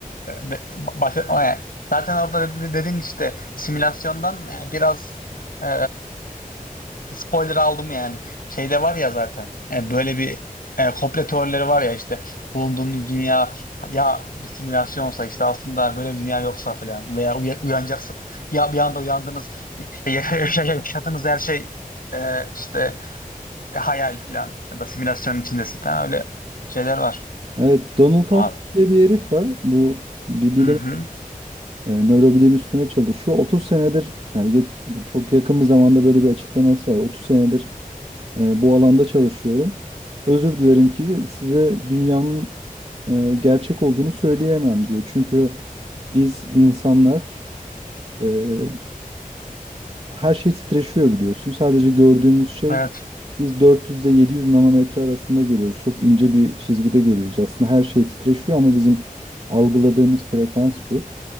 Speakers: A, on the left; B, on the right.
A: e, be- bahset- o yani. Zaten orada dedi- dedin işte simülasyondan e, biraz e, Bir spoiler aldım yani. Şeyde var ya zaten. Yani böyle bir e, komplo teorileri var ya işte bulunduğunuz dünya ya bir simülasyonsa işte aslında böyle bir dünya yoksa falan veya uya- uyanacaksın bir, bir anda uyandınız e, ya- ya- ya- ya- yaşadığınız her şey e, işte e, hayal falan ya da simülasyonun içindesin falan öyle şeyler var.
B: Evet, Donald
A: Ama
B: Huff diye bir herif var. Bu bir bilim,
A: hı hı,
B: e, nörobilim üstüne çalışıyor. 30 senedir yani geç- çok yakın bir zamanda böyle bir açıklaması var. 30 senedir e, bu alanda çalışıyorum. Özür dilerim ki size dünyanın e, gerçek olduğunu söyleyemem diyor. Çünkü biz insanlar e, her şey titreşiyor biliyorsun. Sadece gördüğümüz şey
A: evet
B: biz 400 ile 700 nanometre arasında görüyoruz. Çok ince bir çizgide görüyoruz. Aslında her şey titreşiyor ama bizim algıladığımız frekans bu.